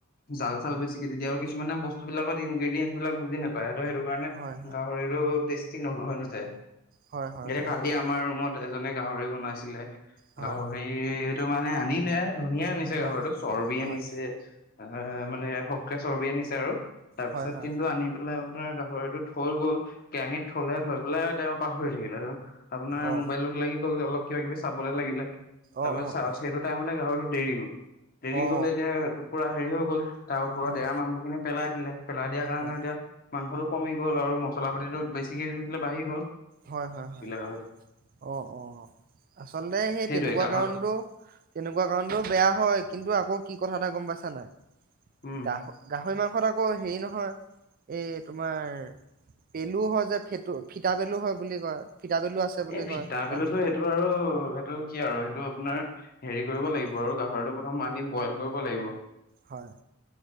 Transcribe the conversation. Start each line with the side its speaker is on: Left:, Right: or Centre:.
Left: জাল চাল বে আৰু কিছুমান বস্তু বিলাকত ইনগ্ৰেদিয়ানচ বিলাক বুজি নাপায়। সেইটো কাৰণে
Right: হয়
Left: গাহৰিটো টেষ্ট কি নহয় নহতে।
Right: হয় হয় হয়
Left: এতিয়া
Right: হয়
Left: কালি
Right: সেই
Left: আমাৰ ৰুমত এজনে গাহৰি বনাইছিলে।
Right: হয়
Left: গাহৰি এইটো মানে আনি লে ধুনীয়া আনিছে
Right: হয়
Left: ঘৰটো চৰ্বি
Right: হয়
Left: আনিছে। এ মানে সহকে চৰ্বি আনিছে আৰু। তাৰপিছত
Right: হয় হয় হয়
Left: কিন্তু আনি পেলাই নাই গাহৰিটো থৈ গ'ল কেৰাহীত, থলে থৈ পেলাই তেওঁ পাহৰি আপোনাৰ
Right: অ
Left: মোবাইলত লাগি গল অলপ কিবা কিবি, লে লাগিলে। তাৰপিছ
Right: অ অ
Left: চা
Right: অ
Left: সেইটো টাইমে গাহৰিটো, দেৰি গল এৰি
Right: অ
Left: গ'লে এতিয়া পুৰা দেৰি হৈ গ'ল। তাৰ ওপৰত
Right: হয়
Left: ডেৰা মাংসখিনি পেলাই লে। পেলাই দিয়া কাৰণে
Right: হয়
Left: এতিয়া মাংসটো কম গল আৰু মছলা পাতিটো বেছি। শিকে বাহি গ'ল।
Right: হয়-হয়-হয়,
Left: গাহৰিটো।
Right: অ-অ আচলতে সেই
Left: সেইটোৱে
Right: তেনেকুৱা
Left: গাহৰি
Right: কাৰণটো তেনেকুৱা কাৰণটো বেয়া হয় কিন্তু আকৌ কি কথা এটা গম পাইছ, নাই
Left: উম
Right: গাহ গাহৰি মাংস, আকৌ হেৰি নহয় এই তোমাৰ পেলু হয় যে ফুটো ফিতা পেলু হয়। বুলি কয়। ফিতা পেলু আছে বুলি
Left: এ
Right: কয়
Left: ফিতা
Right: গাহৰি
Left: পেলুতো সেইটো আৰু সেইটো কি আৰু সেইটো এইটো আপোনাৰ হেৰি কৰিব
Right: হয়
Left: লাগিব আৰু গাহৰটো, মানি বইল কৰিব লাগিব।
Right: হয়